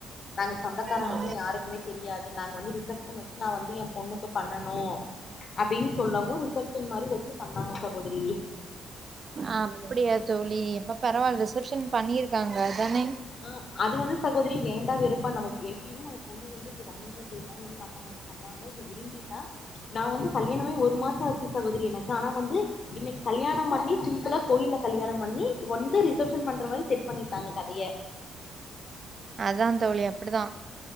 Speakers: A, on the left; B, on the right.
A: நாங்க சொந்தக்காரங்களுக்கெல்லா
B: ஆ
A: யாருக் தெரியாது நாங்க வந்து ரிசப்ஷன் வச்சு நா வந்து ஏ பொண்ணுக்கு பண்ணனு அப்டின் சொல்லவு ரிசப்ஷன் மாரி வச்சு பண்ணாங்க சகோதரி
B: அப்டியா தோழி எப்ப பரவால் ரிசப்ஷன் பண்ணியிருக்காங்க அதானே
A: அ அது வந்து சகோதரி வேண்டா வெறுப்பா நம்ம எப்டின்ன நம்ம பொண்ணு வந்து இப்டி ரன்னிங்ல போயிட்டா வந்து மத்தவங்களுக்கு சொல்லாம இப்டி விரும்பிட்டா நா வந்து கல்யாணமாய் ஒரு மாசோ ஆச்சு சகோதரி எனக்கு ஆனா வந்து இன்னக்கு கல்யாணம் பண்ணி துல கோயில்ல கல்யாணம் பண்ணி வந்து ரிசப்ஷன் பண்ற மாரி செட் பண்ணிட்டாங்க கதய
B: அதா தோழி அப்படிதா